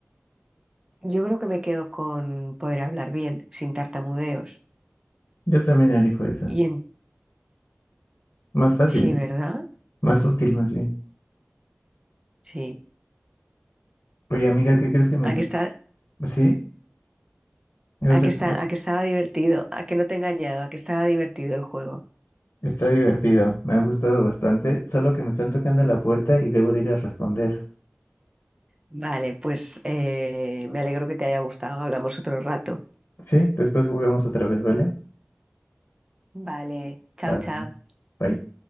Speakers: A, on the right; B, on the left.
A: yo creo que me quedo con poder hablar bien, sin tartamudeos.
B: Yo también elijo esa.
A: Y en,
B: Más fácil,
A: sí,
B: ¿no?
A: ¿verdad?
B: Más útil, más bien.
A: Sí.
B: Oye, amiga, ¿qué crees que me está...
A: A que está,
B: Sí, o sea,
A: a que
B: está
A: está, a que estaba divertido, a que no te he engañado, a que estaba divertido el juego.
B: está divertido. Me ha gustado bastante. Solo que me están tocando la puerta y debo de ir a responder.
A: Vale, pues eh, me alegro que te haya gustado. Hablamos otro rato.
B: Sí, después jugamos otra vez, ¿vale?
A: Vale, chao,
B: Va,
A: chao.
B: Bye.